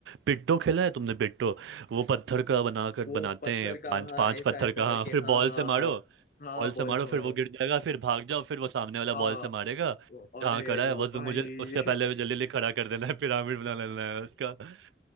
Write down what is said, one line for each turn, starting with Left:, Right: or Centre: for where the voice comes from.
Right: पिट्टो खेला है तुमने पिट्टो वो पत्थर का बनाकर
Left: वो
Right: बनाते
Left: पत्थर
Right: हैं
Left: का
Right: पांच
Left: हाँ
Right: पांच
Left: ऐसा
Right: पत्थर
Left: ऐसा
Right: का
Left: करके
Right: हाँ फिर
Left: हाँ
Right: बॉल
Left: हाँ
Right: से मारो
Left: हाँ हाँ
Right: बॉल से
Left: बॉल्स
Right: मारो
Left: मारो
Right: फिर वो गिर जाएगा फिर भाग जाओ फिर वो सामने वाला
Left: हाँ
Right: बॉल से मारेगा जहाँ
Left: अरे
Right: खड़ा है बस तुम
Left: भाई
Right: मुझे उसके पहले जल्दी जल्दी खड़ा कर देना है पिरामिड बना लेना है उसका <laughs>